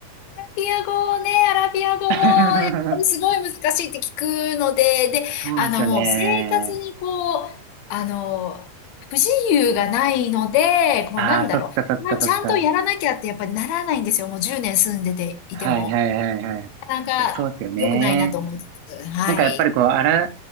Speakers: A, on the left (about 80°); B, on the right (about 70°).
A: アラビア語ね、アラビア語も、
B: <laughs>
A: やっぱりすごい難しいって聞くので、で、
B: そうですよね。
A: あの、もう生活にこう、あの、不自由がないので、こう、
B: ああ、
A: なんだろう、
B: そっかそっかそっか。
A: まあ、ちゃんとやらなきゃってやっぱりならないんですよ。もう10年住んでていても。
B: はいはいはいはい。い
A: なかなか良くないなと思いつつ、
B: や、そうですよね。
A: はい。
B: なんかやっぱりこう、あら、